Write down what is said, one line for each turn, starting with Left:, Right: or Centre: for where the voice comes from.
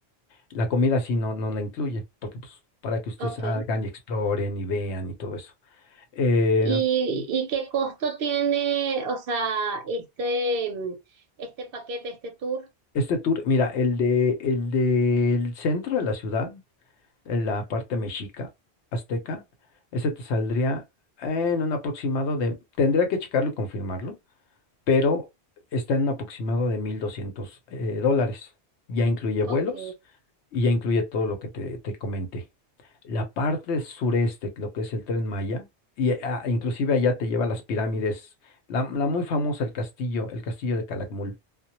Left: La comida sí no, no la incluye, porque pues para que ustedes
Right: ok.
Left: salgan y exploren y vean y todo eso. Eh,
Right: ¿Y, y qué costo tiene, o sea, este, este paquete, este tour?
Left: Este tour, mira, el de, el del centro de la ciudad, en la parte mexica, azteca, ese te saldría en un aproximado de, tendría que checarlo y confirmarlo, pero está en un aproximado de 1.200 eh, dólares. Ya incluye
Right: Ok.
Left: vuelos y ya incluye todo lo que te, te comenté. La parte sureste, lo que es el Tren Maya, y eh, ah, inclusive allá te lleva a las pirámides, la, la muy famosa, el castillo, el castillo de Calakmul.